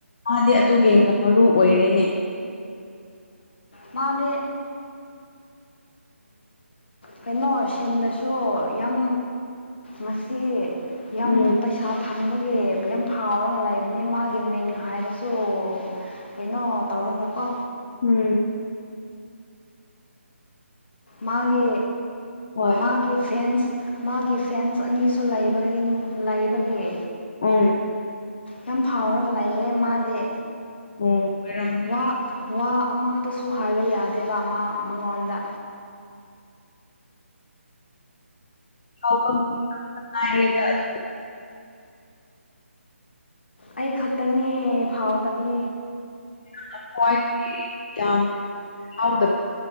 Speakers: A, on the left (about 30°); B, on the left (about 50°).
A: ꯃꯥꯗꯤ ꯑꯗꯨꯒ ꯌꯥꯝꯅ ꯃꯔꯨ ꯑꯣꯏꯔꯤꯅꯦ
B: ꯃꯥꯗ ꯀꯩꯅꯣ ꯁꯤꯟꯗꯁꯨ ꯌꯥꯝ ꯃꯁꯤ ꯌꯥꯝ
A: ꯎꯝ
B: ꯄꯩꯁꯥ ꯐꯪꯕꯒꯤ ꯌꯥꯝ ꯐꯥꯎꯔꯒ ꯂꯩꯕꯅꯤ ꯃꯥꯒꯤ ꯃꯤꯡ ꯍꯥꯏꯔꯁꯨ ꯀꯩꯅꯣ ꯇꯧꯔꯒꯀꯣ
A: ꯎꯝ
B: ꯃꯥꯒꯤ
A: ꯍꯣꯏ
B: ꯃꯥꯒꯤ ꯐꯦꯟꯁ ꯃꯥꯒꯤ ꯐꯦꯟꯁ ꯑꯅꯤꯁꯨ ꯂꯩꯕ ꯂꯩꯕꯒꯤ
A: ꯑꯝ
B: ꯌꯥꯝ ꯐꯥꯎꯔꯒ ꯂꯩꯌꯦ ꯃꯥꯗꯤ
A: ꯎꯝ ꯑꯣꯏꯔꯝꯅꯤ
B: ꯋꯥ ꯋꯥ ꯑꯃꯗꯁꯨ ꯍꯥꯏꯕ ꯌꯥꯗꯦꯕ ꯃꯥ ꯃꯉꯣꯟꯗ
A: ꯍꯥꯎꯕ ꯃꯤ ꯉꯥꯛꯇ ꯉꯥꯏꯔꯦꯗ ꯑꯗꯨ
B: ꯑꯩ ꯈꯛꯇꯅꯦ ꯐꯥꯎꯗꯕꯤ
A: ꯍꯋꯥꯣꯏ ꯇ ꯍꯥꯎꯗ